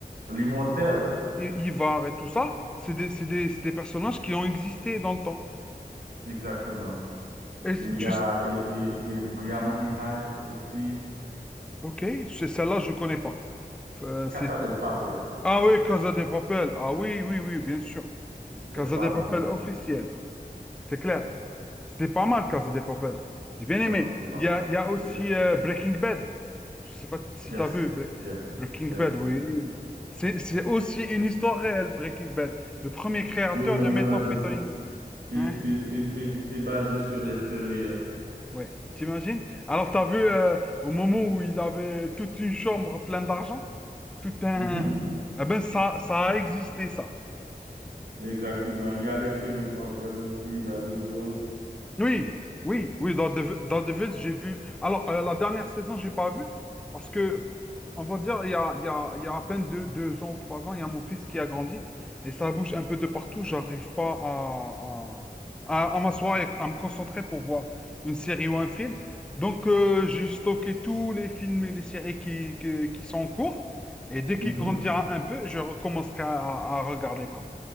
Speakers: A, on the right (about 75°); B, in the centre.
A: L'Immortel,
B: I- Ivar et tout ça, c'est des, c'est des, c'est des personnages qui ont existé dans le temps.
A: exactement.
B: Et
A: Et
B: c-
A: il y
B: tu,
A: a,
B: s-
A: et, et, et il y a Money Heist aussi.
B: ok, c'est- celle-là, je connais pas. Euh, c'est-
A: Casa
B: c'est-
A: del Papel.
B: Ah oui, Casa de Papel. Ah oui, oui, oui, bien sûr.
A: C'était
B: Casa
A: fabuleux.
B: de Papel officiel, c'est clair.
A: Yes.
B: C'était pas mal, Casa de Papel. J'ai bien
A: Non,
B: aimé.
A: c'était pas
B: Il
A: mal.
B: y a, il y a aussi
A: C'était,
B: euh, Breaking Bad. Je sais pas si
A: yes,
B: t'as vu, mais
A: yes,
B: Breaking
A: yes,
B: Bad, oui.
A: yes.
B: C'est, c'est aussi une histoire réelle, Breaking Bad. Le premier créateur
A: Oui, oui, on
B: de méthamphétamine.
A: me l'a dit. C'est
B: <laughs>
A: c'est-
B: Hein,
A: c'est-
B: hein.
A: c'est- c'est- c'est basé sur des faits réels.
B: Ouais, t'imagines? Alors, t'as vu euh, au moment où il avait toute une chambre pleine d'argent? Tout un.
A: Mhm.
B: Eh ben, ça, ça a existé, ça.
A: Exactement. Il y a les séries Marvel aussi, Daredevil,
B: Oui, oui, oui, dans Dev- dans Devils, j'ai vu. Alors, euh, la dernière saison, j'ai pas vu, parce que, on va dire, il y a, il y a- il y a à peine deux, deux ans ou trois ans, il y a mon fils qui a grandi, et ça bouge un peu de partout. J'arrive pas à, à, à- à m'asseoir et à me concentrer pour voir une série ou un film. Donc, euh, j'ai stocké tous les films et les séries qui, qui, qui sont en cours, et dès qu'il
A: Mhm.
B: grandira un peu, je recommencerai à, à regarder, quoi.